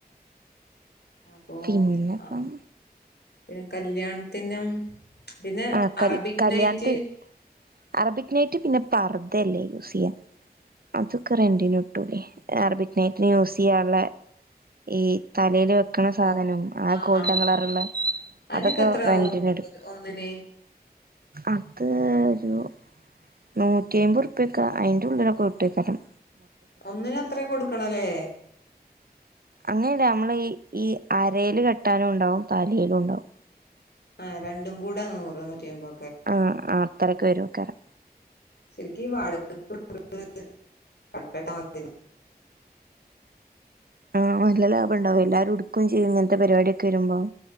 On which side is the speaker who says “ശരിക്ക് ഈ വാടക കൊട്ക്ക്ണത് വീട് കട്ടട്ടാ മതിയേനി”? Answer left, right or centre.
Left